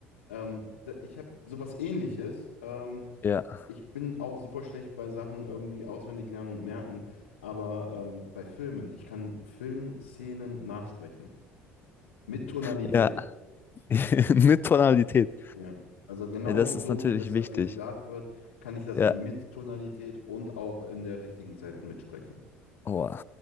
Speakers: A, on the left; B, on the left.
A: Ähm, da, ich habe sowas Ähnliches. Ähm,
B: Ja.
A: ich bin auch super schlecht bei Sachen irgendwie auswendig lernen und merken. Aber ähm, bei Filmen, ich kann Filmszenen nachsprechen. Mit Tonalität.
B: Ja. <laughs> Mit Tonalität.
A: Ja. Also genau
B: Ja, das
A: so,
B: ist natürlich
A: wie das da
B: wichtig.
A: gesagt wird, kann ich das
B: Ja.
A: mit Tonalität und auch in der richtigen Zeit mitsprechen.
B: Boah.